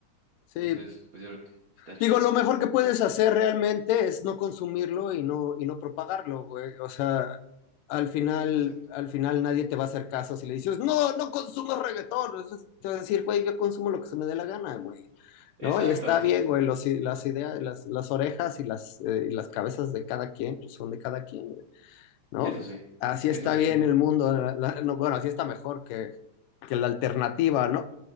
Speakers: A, on the left (about 90°); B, on the right (about 75°).
A: Sí.
B: entonces, pues yo creo que está chido.
A: Digo, lo mejor que puedes hacer realmente es no consumirlo y no, y no propagarlo, güey. O sea, al final,
B: Exacto.
A: al final nadie te va a hacer caso si le dices, no, no consumo reggaetón. Entonces, te vas a decir, güey, yo consumo lo que se me dé la gana, güey.
B: Exacto,
A: ¿No? Y está
B: sí,
A: bien,
B: sí.
A: güey, los, las ideas, las, las orejas y las, eh, y las cabezas de cada quien, pues son de cada quien, ¿no?
B: Eso sí,
A: Así
B: eso
A: está
B: sí.
A: bien el mundo, la- la- no, bueno, así está mejor que, que la alternativa, ¿no?